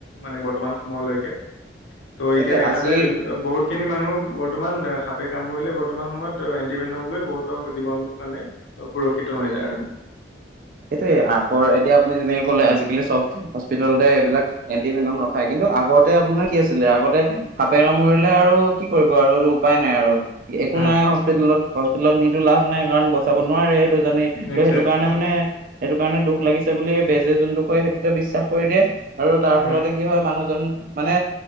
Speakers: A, on the left; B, on the right.
A: মানে বৰ্তমান সময়লৈকে, ত'
B: সেইটোৱে
A: এতিয়া দেখা
B: আজি
A: যায় বহুত খিনি মানুহ বৰ্তমান সাপে কামৰিলে বৰ্তমান সময়ত, এন্টিভেনম লৈ বহুতৰ জীৱন মানে সুৰক্ষিত
B: উম
A: হৈ যায় আৰু,
B: সেইটোয়ে আগৰ এতিয়া আপুনি যেনেকে কলে আজিকালি চব হস্পিতেলতে এইবিলাক, এণ্টিভেনম ৰখাই কিন্তু আগতে আপোনাক, কি কি আছিলে আগতে সাপে কামুৰিলে আৰু কি কৰিব আৰু এইটো উপায় নাই আৰু, একো
A: হয়
B: নাই হস্পিতেেলত হস্পিতেলত নিতো লাভ নাই কাৰণ বচাব নোৱাৰে সেইটো জানেই, ত'
A: নিশ্চয়
B: সেইটো কাৰণে
A: উম
B: মানে সেইটো কাৰণে দুখ লাগিছে বুলি বেজে যোনটো কয় সেইটোকে বিশ্বাস কৰি দিয়ে। আৰু তাৰ
A: উম
B: ফলতে কি হয় মানুহজন মানে